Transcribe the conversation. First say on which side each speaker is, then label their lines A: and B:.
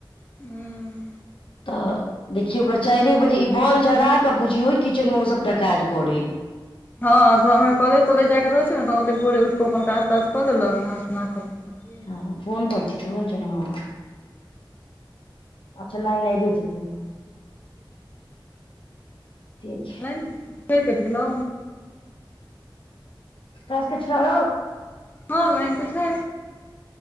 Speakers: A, on the left; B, on the left.
A: हुँ
B: तऽ देखियौ ओकरा चाइरे बजे ई बॉल जरा कऽ बुझियौ किचेन मे ओ सभटा काज करै
A: हँ तऽ हमरा कलेज तलेज जाय के रहै छै ने त ओते भोरे उठिके अपन काज ताज कऽ लेलक नहा सोना कऽ गेल
B: हँ फोन पर <unintelligible> हँ अच्छऽ लाइल आइबे जेतै नऽ <unintelligible>
A: लाइन फेर कइट गेलो
B: तोय सबके छौ
A: हँ लाइन तऽ छै